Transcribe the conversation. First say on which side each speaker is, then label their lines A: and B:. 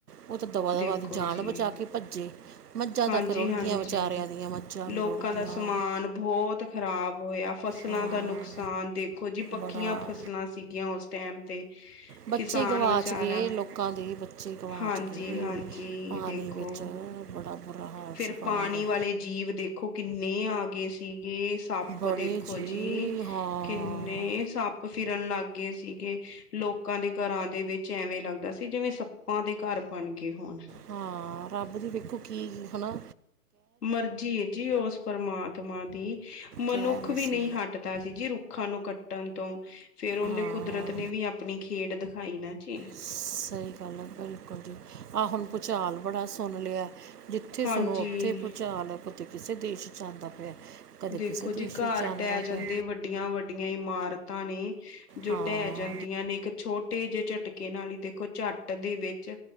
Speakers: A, on the right (about 85°); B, on the left (about 80°).
A: ਉਹ ਤੇ ਦਵਾ
B: ਦੇਖੋ
A: -ਦਵਾ ਦੀ ਜਾਨ
B: ਜੀ
A: ਬਚਾ ਕੇ ਭੱਜੇ ਮੱਝਾਂ
B: ਹਾਂਜੀ
A: ਤੱਕ ਰੁੜ
B: ਹਾਂਜੀ
A: ਗਈਆਂ ਵਿਚਾਰਿਆਂ ਦੀਆਂ ਮੱਝਾਂ
B: ਲੋਕਾਂ
A: ਵੀ ਰੁੜ
B: ਦਾ
A: ਗਿਆਂ।
B: ਸਮਾਨ ਬਹੁਤ ਖ਼ਰਾਬ ਹੋਇਆ। ਫਸਲਾਂ
A: ਹਾਂ
B: ਦਾ ਨੁਕਸਾਨ ਦੇਖੋ। ਇਹੋ ਜਿਹੀ ਪੱਕੀਆਂ
A: ਬੜਾ
B: ਫਸਲਾਂ ਸੀਗੀਆਂ ਉਸ ਟੈਮ ਤੇ
A: ਬੱਚੇ
B: ਕਿਸਾਨ
A: ਗਵਾਚ
B: ਵਿਚਾਰਾ
A: ਗਏ ਲੋਕਾਂ ਦੇ ਬੱਚੇ ਗਵਾਚ
B: ਹਾਂਜੀ
A: ਗਏ
B: ਹਾਂਜੀ
A: ਪਾਣੀ
B: ਦੇਖੋ।
A: ਵਿੱਚ ਬੜਾ ਬੁਰਾ ਹਾਲ
B: ਫਿਰ
A: ਸੀ
B: ਪਾਣੀ
A: ਦਾ
B: ਵਾਲੇ ਜੀਵ ਦੇਖੋ ਕਿੰਨੇ ਹਾਂ ਗ ਸੀਗੇ ਸੱਪ
A: ਬੜੇ
B: ਦੇਖੋ ਜੀ
A: ਹਾਂ
B: ਕਿੰਨੇ ਸੱਪ ਫਿਰਨ ਲੱਗ ਗਏ। ਸੀਗੇ ਲੋਕਾਂ ਦੇ ਘਰਾਂ ਦੇ ਵਿੱਚ ਐਵੇਂ ਲੱਗਦਾ ਸੀ ਜਿਵੇਂ ਸੱਪਾਂ ਦੇ ਘਰ ਬਣ ਗਏ ਗੇ ਹੋਣ
A: ਹਾਂ ਰੱਬ ਦੀ ਵੇਖੋ ਕੀ ਹੈ ਨਾ
B: ਮਰਜੀ ਜੀ ਉਸ ਪਰਮਾਤਮਾ ਦੀ ਮਨੁੱਖ
A: ਕਹਿਰ ਹੀ
B: ਵੀ
A: ਸੀ
B: ਨਹੀਂ ਹਟਦਾ ਸੀ ਜੀ ਰੁੱਖਾਂ ਨੂੰ ਕੱਟ ਟਣ ਤੋਂ ਫੇਰ ਉਹਨੇ
A: ਹਾਂ
B: ਕੁਦਰਤ ਨੇ ਵੀ ਆਪਣੀ ਖੇਡ ਦਿਖਾਈ ਨਾ ਜੀ
A: ਸਹੀ ਗੱਲ ਹੈ। ਬਿਲਕੁਲ ਜੀ ਆਹ ਹੁਣ ਭੁਚਾਲ ਬੜਾ ਸੁਣ ਲਿਆ। ਜਿੱਥੇ
B: ਹਾਂਜੀ
A: ਸੁਣੋ ਉੱਥੇ ਭੂਚਾਲ ਅਤੇ ਕਿਸੇ ਦੇਸ਼ 'ਚ ਆਦਾ ਪਿਆ ਕਦੇ
B: ਦੇਖੋ
A: ਕਿਸੇ
B: ਜੀ
A: ਦੇਸ਼
B: ਘਰ
A: ਵਿੱਚ ਆਉਂਦਾ
B: ਢਹਿ ਜਾਂਦੇ
A: ਪਿਆ
B: ਵੱਡੀਆਂ- ਵੱਡੀਆਂ ਇਮਾਰਤਾਂ ਪਾਂਣੀ ਜੋ
A: ਹਾਂ
B: ਢਹਿ ਜਾਂਦੀਆਂ ਨੇ ਇੱਕ ਛੋਟੇ ਜਿਹੇ ਝਟਕੇ ਨਾਲ ਹੀ ਦੇਖੋ, ਝੱਟ ਦੇ ਵਿੱਚ